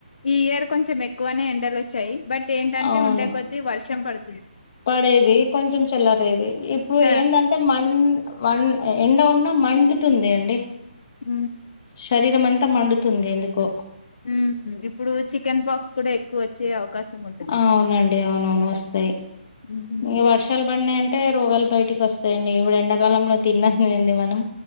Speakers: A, on the left; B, on the left.
A: ఈ ఇయర్ కొంచెం ఎక్కువనే ఎండలు వచ్చాయి బట్ ఏంటంటే
B: అవును
A: ఉండే కొద్ది వర్షం పడు
B: పడేది కొంచెం చెల్లరేది ఇప్పుడు
A: చ
B: ఏందం టే మన్ మం ఎండ ఉన్నా మండుతుంది అండి
A: ఉమ్
B: శరీరం అంతా మండుతుంది ఎందుకో
A: ఉం ఇప్పుడు చికెన్ పాక్స్ కూడా ఎక్కువ వచ్చే అవకాశం ఉంటుంది
B: అవునండి అవునవును వస్తాయి
A: ఉమ్,
B: ఇగా వర్షాలు పడినాయంటే రోగాలు బయటికి వస్తాయండి ఇప్పుడు ఎండాకాలంలో తిన్నదింది మనం